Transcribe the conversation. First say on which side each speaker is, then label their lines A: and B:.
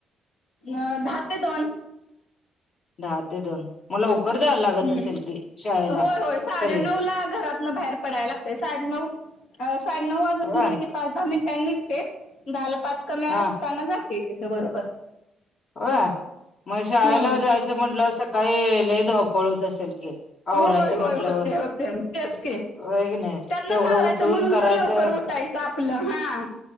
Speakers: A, on the left; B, on the left.
A: अ दहा ते दोन.
B: दहा ते दोन. म लवकर जा लागत
A: हम्म.
B: असेल की. शाळेला
A: होय होय साडेनऊ
B: तरी
A: ला घरातन बाहेर पडाय लागतय साडे नऊ साडे नऊ वाजून
B: होय
A: गेले की पाच दहा मिनिटांनी निघते, दहाला पाच कमी
B: हा
A: असताना जाते तिथं बरोबर.
B: होय, म शाळेला
A: हम्म
B: जायचं म्हटलं, सकाळी लई धाव पळत असेल की.
A: होय-
B: आवरायचं म्हटल्यावर
A: होय, होते- होते, तेच की.
B: होय की नाही
A: त्यातन
B: तेवढं
A: आवरायचं,
B: उठून
A: म्हणून
B: करायचं
A: तर लवकर उठायचं आपलं हा.